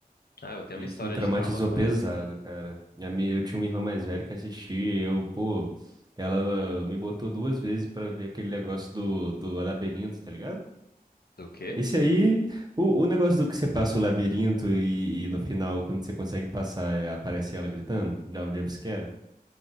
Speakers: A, on the left; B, on the right.
A: Ah, eu tenho
B: Esse
A: uma história
B: me traumatizou
A: de trauma com
B: pesado,
A: ele também.
B: cara. Minha mi- Eu tinha uma irmã mais velha que assistia e eu, pô, ela me botou duas vezes pra ver aquele negócio do, do labirinto, tá ligado?
A: Do quê?
B: Esse aí, o, o negócio do que você passa o labirinto e, e no final, quando você consegue passar, é, aparece ela gritando, dá um jumpscare.